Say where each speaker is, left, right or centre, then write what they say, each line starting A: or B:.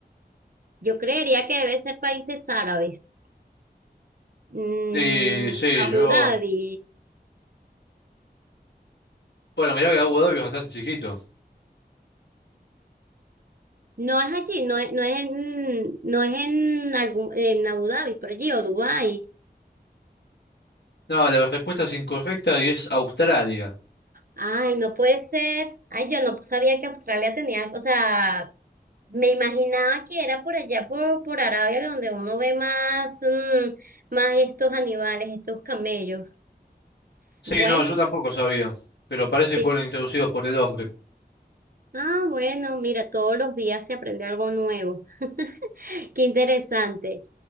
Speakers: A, on the right; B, on the left.
A: Yo creería que debe ser países árabes. Mm,
B: Sí, sí,
A: Abu
B: yo...
A: Dhabi.
B: Bueno, mirá que Abu Dhabi es bastante chiquito.
A: No es allí, no es, no es en, no es en, algún, en Abu Dhabi, por allí, o Dubái.
B: No, la respuesta es incorrecta y es Australia.
A: Ay, no puede ser. Ay, yo no sabía que Australia tenía, o sea, me imaginaba que era por allá, por, por Arabia, donde uno ve más, mm, más estos animales, estos camellos.
B: Sí,
A: Bueno,
B: no, yo tampoco sabía, pero parece
A: sí.
B: que fueron introducidos por el hombre.
A: Ah, bueno, mira, todos los días se aprende algo nuevo. <laughs> Qué interesante.